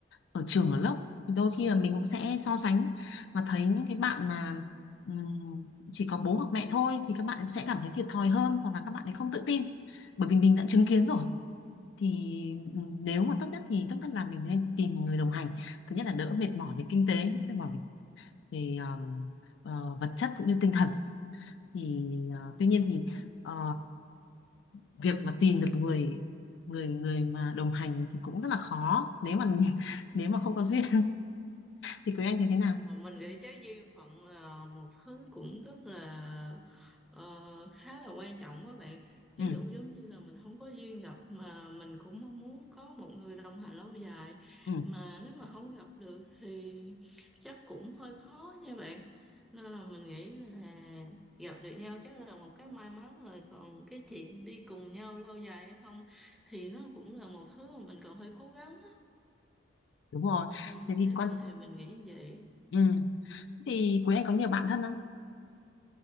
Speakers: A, on the left; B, in the centre.
A: ở trường ở lớp thì đôi khi là mình cũng sẽ so sánh và thấy những cái bạn mà ừm, chỉ có bố hoặc mẹ thôi thì các bạn sẽ cảm thấy thiệt thòi hơn hoặc là các bạn ấy không tự tin bởi vì mình đã chứng kiến rồi thì ừm, nếu mà tốt nhất thì tốt nhất là mình nên tìm người đồng hành thứ nhất là đỡ mệt mỏi về kinh tế đỡ mệt mỏi về, về ờm, ờ, vật chất cũng như tinh thần thì ờ, tuy nhiên thì ờ, việc mà tìm được người người người mà đồng hành thì cũng rất là khó nếu mà <laughs> nếu mà không có duyên thì quý anh thấy thế nào
B: Ờ, mình nghĩ trái duyên phận là một thứ cũng rất là ờ, khá là quan trọng đó bạn ví
A: ừ
B: dụ giống như là mình không có duyên gặp mà mình cũng mong muốn có một người đồng hành lâu dài
A: ừ
B: mà nếu mà không gặp được thì chắc cũng hơi khó nha bạn nên là mình nghĩ là gặp được nhau chắc là một cái may mắn rồi còn cái chuyện đi cùng nhau lâu dài hay không thì nó cũng là một thứ mà mình còn phải cố gắng á
A: đúng rồi
B: ừ,
A: thế thì
B: theo
A: quan
B: mình thì mình nghĩ như vậy
A: ừ thì quý anh có nhiều bạn thân không